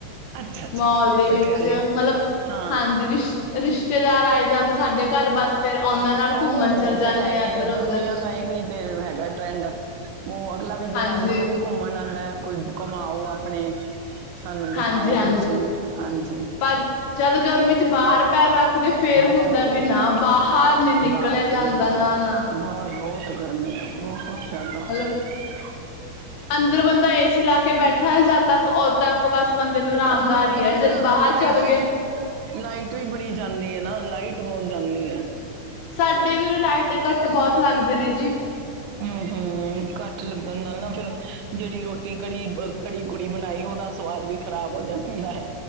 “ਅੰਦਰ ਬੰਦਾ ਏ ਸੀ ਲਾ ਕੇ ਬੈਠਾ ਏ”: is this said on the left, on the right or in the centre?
Left